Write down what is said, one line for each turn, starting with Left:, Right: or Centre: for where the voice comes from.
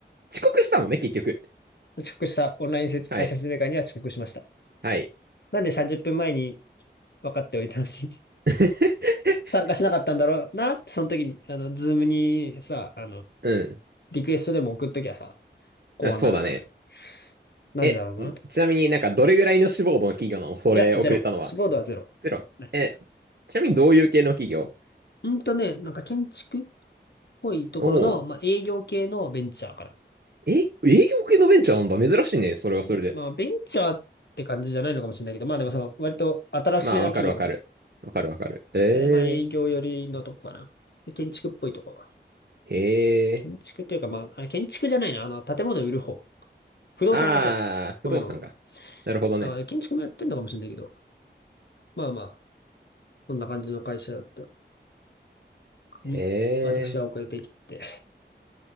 Right: 遅刻したのね、結局。
Left: 遅刻した。オンラインせ会社説明会には遅刻しました。
Right: はい。はい。
Left: なんで30分前に分かっておいたのに
Right: <laughs>
Left: <laughs> 参加しなかったんだろうなって、その時に、あの、ズームにさ、あの、
Right: うん。
Left: リクエストでも送っときゃさ、こうはならなかった。
Right: あ、そうだね。
Left: なんでだろうなと。
Right: え、んちなみになんかどれぐらいの志望度の企業なのそれ遅れたのは。
Left: いや、ゼロ。志望度はゼロ。
Right: ゼロ。
Left: ね
Right: え、ちなみにどういう系の企業
Left: うんとね、なんか建築っぽいところの、
Right: おお
Left: まあ、営業系のベンチャーから。
Right: ー。え、営業系のベンチャーなんだ。珍しいね。それはそれで。
Left: でまあ、ベンチャーって感じじゃないのかもしれないけど、まあでもその、割と新しめの企業。
Right: まあ、わかるわかる。わかるわかる。え
Left: で、まあ、営業寄りのとこかな。で、建築っぽいとこ。
Right: ー、へえ。
Left: 建築っていうか、まあ、あ建築じゃないな。あの、建物売る方。不動産の方。
Right: ああ、不動産か。
Left: ごめんごめん。
Right: なるほどね。
Left: あ、建築もやってんのかもしれないけど。まあまあ、そんな感じの会社だった
Right: へえ。
Left: に、私は遅れてきて。